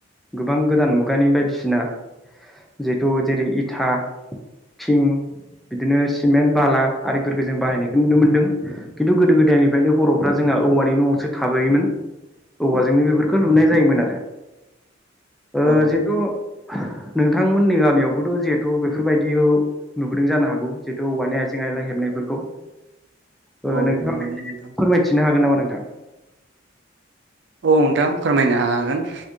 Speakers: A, in the centre; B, on the right (about 65°).
A: गोब बां गोदान मुगानि बायदिसिना जिहेथु जेरै इथा, थिं बिदिनो सि सिमेन्ट बाला आरि फोरखौ जों बाहायनायखौ नुनो मोनदों खिन्थु गोदो गोदायनिफ्रायनो बरफ्रा जोंहा औवानि न आवसो थाबोयोमोन औवाजोंनो बेफोरखौ लुनाय जायोमोन आरो ओ
B: औ
A: जिहेतु नोंथां मोननि गामियावबोथ जिहेथु बेफोरबायदिखौ नुबोदों जानो हागौ। जिहेथु औवानि आइजें आयला हेबनायफोरखौ। ओ
B: औ
A: नोंथाङा
B: नंगौ
A: <unintelligible>
B: नोंथां
A: फोरमायथिनो हागोन नामा नोंथां?
B: औ नोथां फोरमायनो हागोन।